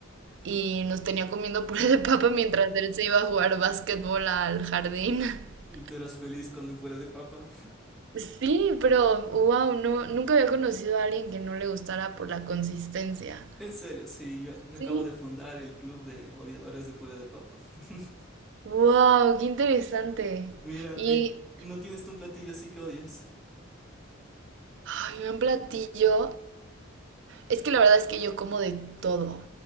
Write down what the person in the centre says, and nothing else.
¿Y tú eras feliz con el puré de papa?
En serio, sí, yo, yo
acabo de fundar el club de odiadores de puré de papa. <laughs>
Mira,
y, y no tienes tú un platillo así que odies.